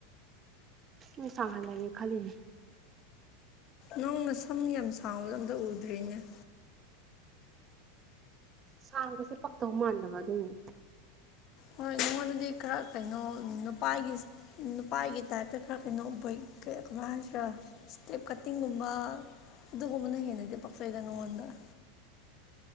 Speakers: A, on the right (about 35°); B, on the left (about 45°).
A: ꯑꯝ ꯁꯥꯡꯍꯥꯜꯂꯒꯦ ꯈꯥꯜꯂꯤꯅꯦ
B: ꯅꯪꯅ ꯁꯝ ꯌꯥꯝ ꯁꯥꯡꯕꯗꯣ ꯑꯝꯇ ꯎꯗ꯭ꯔꯤꯅꯦ
A: ꯁꯥꯡꯕꯁꯦ ꯄꯥꯛꯇꯧ ꯃꯥꯟꯗꯕ ꯑꯗꯨꯏꯅꯦ
B: ꯍꯣꯏ ꯅꯪꯉꯣꯟꯗꯗꯤ ꯈꯔ ꯀꯩꯅꯣ ꯅꯨꯄꯥꯒꯤ ꯅꯨꯄꯥꯒꯤ ꯇꯥꯏꯞꯇ ꯈꯔ ꯀꯩꯅꯣ ꯕꯣꯢ ꯀꯩ ꯀꯃꯥꯢ ꯍꯥꯢꯁꯤꯔ ꯏꯁꯇꯦꯞ ꯀꯠꯇꯤꯡꯒꯨꯝꯕ ꯑꯗꯨꯒꯨꯝꯕꯅ ꯍꯦꯟꯅꯗꯤ ꯄꯥꯛꯆꯩꯗ ꯅꯉꯣꯟꯗꯅ